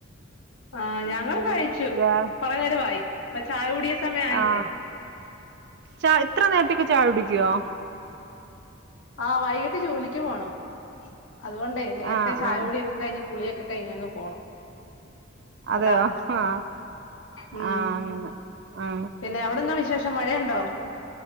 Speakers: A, on the left; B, on the right.
A: ആഹ ഞങ്ങൾ കഴിച്ചു
B: ഗ്യാ
A: കുറെ നേരമായി ഇപ്പ ചായ കുടി സമയായില്ലേ
B: ആ ച ഇത്ര നേരത്തോക്കെ ചായ കുടിക്കുവോ
A: ആഹ് വൈകിട്ട് ജോലിക്ക് പോണം അതുകൊണ്ടേ നേരത്തെ
B: ആ
A: ചായ
B: ആ
A: കൂടിയൊക്കെ കഴിഞ്ഞ് കുളിയൊക്കെ കഴിഞ്ഞങ് പോണം
B: അതെയോ
A: അതാ
B: ആ
A: ഉം
B: ആ അങ്ങനെ ആ
A: പിന്നെ അവിടെന്താ വി ശേഷം മഴയുണ്ടോ